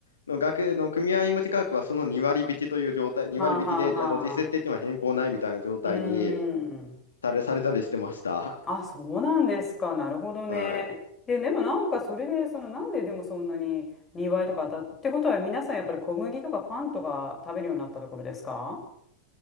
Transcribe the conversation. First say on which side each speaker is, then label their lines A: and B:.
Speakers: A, on the left; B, on the left.
A: の学の組合員向け価格はその2割引きという状態、2割引きで、
B: あはあはあ。
A: あの実質的には変更ないみたいな状態に、
B: うーん。
A: され、されたりしてました。
B: あ、そうなんですか。なるほどね。
A: はい。
B: で、でもなんかそれで、そのなんででもそんなに2いとか当たっってことは皆さんやっぱり小麦とかパンとか食べるようになったところですか